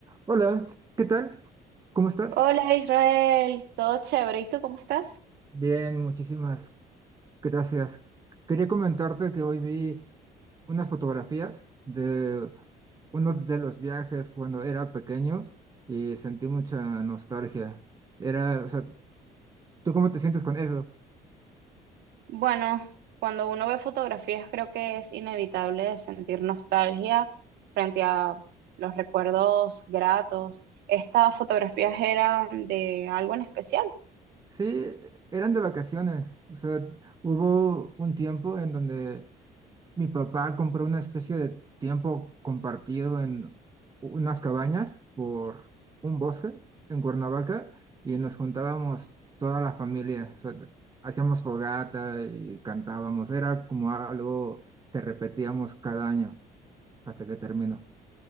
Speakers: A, on the right; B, on the right.
A: Hola, ¿qué tal? ¿Cómo estás?
B: Hola Israel, todo chévere. ¿Y tú cómo estás?
A: Bien, muchísimas gracias. Quería comentarte que hoy vi unas fotografías de uno de los viajes cuando era pequeño y sentí mucha nostalgia. Era, o sea, ¿tú cómo te sientes con eso?
B: Bueno, cuando uno ve fotografías creo que es inevitable sentir nostalgia frente a los recuerdos gratos. ¿Estas fotografías eran de algo en especial?
A: Sí, eran de vacaciones. O sea, hubo un tiempo en donde Mi papá compró una especie de tiempo compartido en unas cabañas por un bosque en Cuernavaca y nos juntábamos toda la familia, o sea, hacíamos fogata y cantábamos, era como algo que repetíamos cada año hasta que terminó.